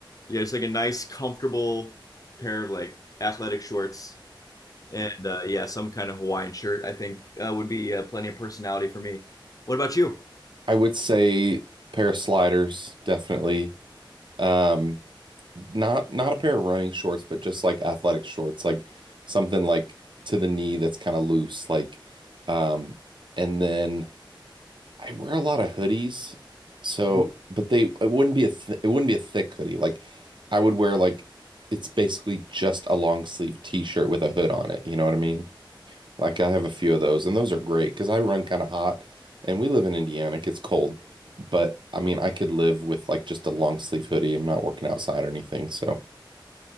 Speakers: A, on the left; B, on the right.
A: yeah, it's like a nice, comfortable pair of like athletic shorts and uh, yeah, some kind of Hawaiian shirt. I think uh, would be uh, plenty of personality for me. What about you?
B: I would say pair of sliders, definitely. Um, not not a pair of running shorts, but just like athletic shorts, like something like to the knee that's kind of loose, like um and then I wear a lot of hoodies. So,
A: Mhm.
B: but they it wouldn't be a th it wouldn't be a thick hoodie. Like I would wear like it's basically just a long sleeve t-shirt with a hood on it, you know what I mean? Like I have a few of those and those are great because I run kind of hot and we live in Indiana, it gets cold. But I mean, I could live with like just a long sleeve hoodie. I'm not working outside or anything, so